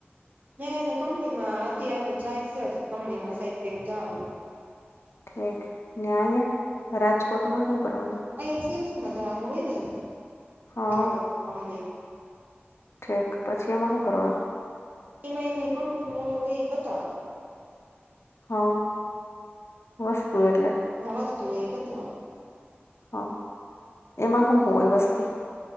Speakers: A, on the right; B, on the left.
A: ત્યાં એને કંપનીમાં અત્યારે તો જાયશે કંપનીમાં સાઈબ ભેગું જવાનું.
B: ઠીક ને અહીયા રાજકોટમાં હું કરવાનું?
A: અહી સિમ્સમાં જવાનું હોયને એને
B: હા
A: અલગ અલગ કંપનીનું
B: ઠીક પછી એમાં હું કરવાનું?
A: એમાં એને કંપનીનું ઓલું હોય એ બતાવાનું
B: હ, વસ્તુ એટલે
A: હ વસ્તુ હોય એ બતાવવાનું.
B: હા, એમાં હું હોય વસ્તું?